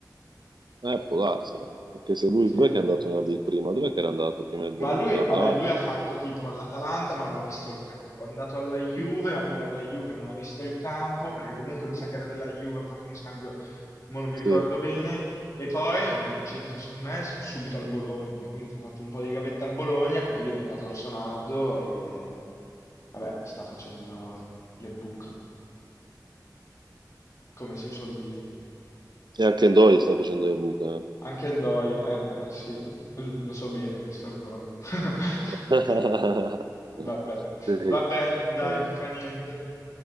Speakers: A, on the right (about 85°); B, on the left (about 45°).
A: eh. Eh, può darsi, eh. Perché se lui,
B: Sì.
A: dov'è che è andato nella big prima? Dov'è che era andato prima il Bologna?
B: Ma lui,
A: All'Atalanta?
B: vabbè, lui ha fatto tipo all'Atalanta ma non ha visto il campo, è andato alla Juve
A: Mm.
B: ma pure alla Juve non ha visto il campo, perché comunque mi sa che era della Juve, hanno fatto uno scambio, ma non mi
A: Sì.
B: ricordo bene, e poi l'avevano girato secondo me s- subito al Bologna, quindi si è fatto un po' di gavetta al Bologna e poi è diventato Orsonaldo e vabbè, sta facendo le buche, come si suol dire.
A: E anche Ndoye sta facendo le buche. eh.
B: Anche Ndoye, eh, eh sì, l- lo so bene, ho visto il gol. <laughs>
A: <laughs>
B: Vabbè,
A: Sì,
B: vabbè, dai,
A: lo vedo.
B: fa niente.